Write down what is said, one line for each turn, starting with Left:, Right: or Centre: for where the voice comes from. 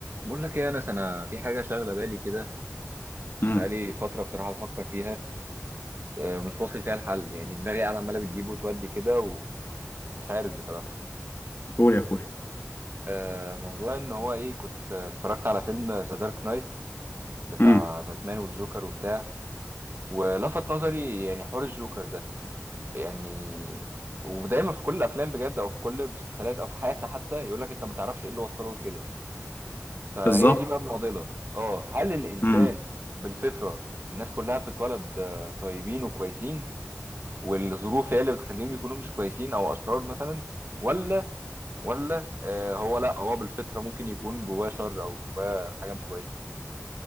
Right: بقول لك ايه يا انس انا في حاجه شاغله بالي كده
Left: امم
Right: بقالي فتره بصراحه بفكر فيها آه، مش واصل فيها الحل يعني دماغي قاعده عماله بتجيب وتودي كده ومش عارف بصراحه
Left: قول يا اخويا
Right: آه، موضوع ان هو ايه كنت آه، اتفرجت على فيلم ذا دارك نايت بتاع
Left: امم
Right: باتمان والجوكر وبتاع ولفت نظري يعني حوار الجوكر ده يعني ودايما في كل الافلام بجد او في كل المسلسلات او في حياتنا حتى يقول لك انت ما تعرفش ايه اللي وصله لكده فهي
Left: بالظبط
Right: دي بقى المعضله اه هل الانسان
Left: امم
Right: بالفطره الناس كلها بتتولد آه، طيبين وكويسين والظروف هي اللي بتخليهم يكونوا مش كويسين او اشرار مثلا ولا ولا آه هو لا هو بالفطره ممكن يكون جواه شر او جواه حاجه مش كويسه